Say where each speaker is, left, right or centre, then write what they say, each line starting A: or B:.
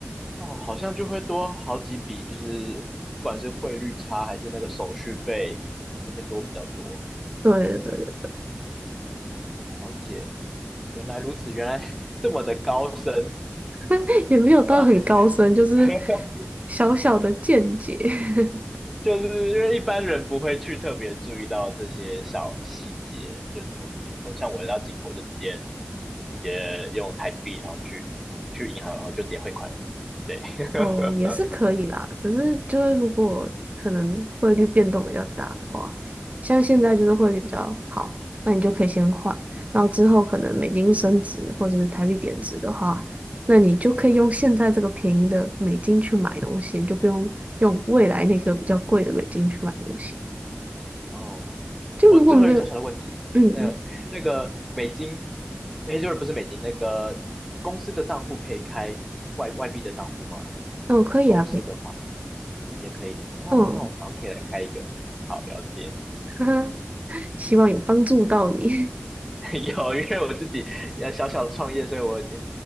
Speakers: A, in the centre; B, on the right.
A: 哦，好像就会多好几笔，就是不管是汇率差还是那个手续费，就会多比较多。
B: 对对对，
A: 了解，原来如此，原来 <laughs> 这么的高深。
B: <laughs> 也没有到很高深，
A: 那 <laughs>
B: 就是小小的见解。<laughs>
A: 就是因为一般人不会去特别注意到这些小细节，就是我可能，哦，像我要进口，我就直接就直接用台币，然后去去银行，然后就直接汇款了。对，<laughs>
B: 哦，也是可以啦，只是就是如果可能汇率变动比较大的话，像现在就是汇率比较好，那你就可以先换，然后之后可能美金升值或者是台币贬值的话，那你就可以用现在这个便宜的美金去买东西，你就不用用未来那个比较贵的美金去买东西。
A: 哦，
B: 就如果没有，
A: 我最后一个小小的问题，
B: 嗯
A: 那那个美金，哎，就是不是美金，那个公司的账户可以开外外币的账户吗？
B: 嗯，可以啊，
A: 公司的话
B: 可以，
A: 也可以。哦，
B: 嗯，
A: 那我好像可以来开一个。
B: <laughs>
A: 好，了解。
B: 哈哈，希望有帮助到你。
A: <laughs> 有，因为我自己呃小小的创业，所以我就